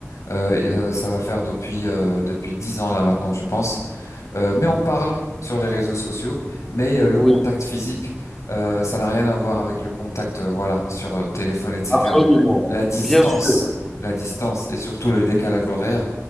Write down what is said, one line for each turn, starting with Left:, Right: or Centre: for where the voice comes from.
Left: Euh, et, euh, ça va faire depuis euh, depuis dix ans là maintenant, je pense. Euh, mais on parle sur les réseaux sociaux, mais euh, le
Centre: oui,
Left: contact physique, euh, ça n'a rien à voir avec le contact, euh, voilà, sur euh, téléphone, etc.
Centre: absolument.
Left: La distance,
Centre: Bien sûr,
Left: la distance et surtout le décalage horaire